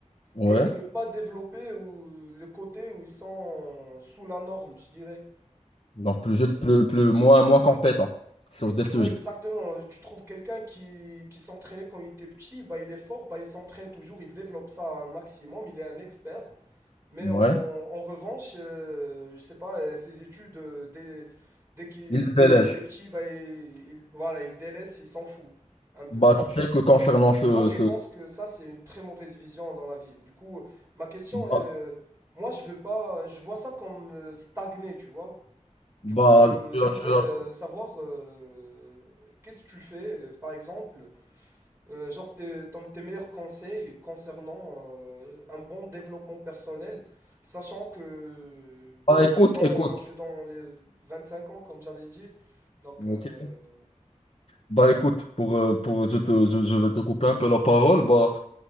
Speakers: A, on the left (about 50°); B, on the right (about 20°).
A: ouais.
B: et ne pas développer ou, le côté où ils sont sous la norme, je dirais.
A: Donc, plus juste, plus, plus, moins, moins compétent sur des
B: Ouais,
A: sujets.
B: exactement. Tu trouves quelqu'un qui, qui s'entraînait quand il était petit, bah, il est fort, bah, il s'entraîne toujours, il développe ça un maximum, il est un expert. Mais
A: Ouais,
B: en, en revanche, euh, je sais pas, euh, ses études, euh, dès, dès qu'il,
A: il les délaisse.
B: dès qu'il était petit, bah, il, il- voilà, il délaisse, il s'en fout un peu.
A: Bah, tu sais que concernant ce,
B: Moi, je
A: ce...
B: pense que ça, c'est une très mauvaise vision dans la vie. Du coup, ma question est,
A: Bah,
B: euh, moi, je veux pas, je vois ça comme euh, stagner, tu vois. Du
A: bah,
B: coup, euh,
A: tu
B: j'aimerais
A: as, tu as-
B: euh, savoir euh, qu'est-ce que tu fais, euh, par exemple, euh, genre tes, ton- tes meilleurs conseils concernant euh, un bon développement personnel, sachant que
A: Bah,
B: je
A: écoute,
B: suis dans,
A: écoute.
B: je suis dans les 25 ans, comme j'avais dit. Donc,
A: Ok.
B: euh,
A: Bah, écoute, pour, euh, pour, je te, je, je vais te couper un peu la parole. Bah,